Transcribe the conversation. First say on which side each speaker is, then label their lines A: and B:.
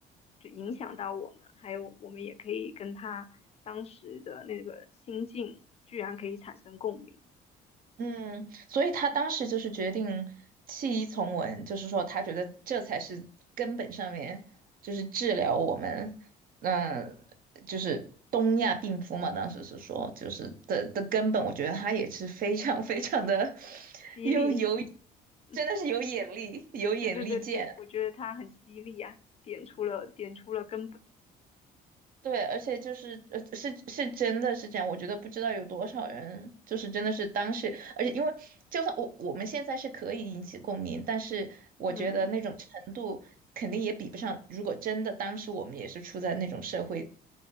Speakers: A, on the left; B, on the right.
A: 就影响到我们，还有我们也可以跟他当时的那个心境，居然可以产生共鸣，
B: 嗯，所以他当时就是决定弃医从文，就是说他觉得这才是根本上面，就是治疗我们，嗯、就是东亚病夫嘛。当时是说，就是的的根本，我觉得他也是非常非常的 <laughs>
A: 激励，
B: 有有，
A: 嗯，
B: 真的是有眼力，有眼力见。
A: 对对对对，我觉得他很犀利啊，点出了点出了根本，
B: 对，而且就是呃是是真的是这样，我觉得不知道有多少人就是真的是当时，而且因为就算我我们现在是可以引起共鸣，但是我觉得那种程度肯定也比不上，
A: 嗯，
B: 如果真的当时我们也是处在那种社会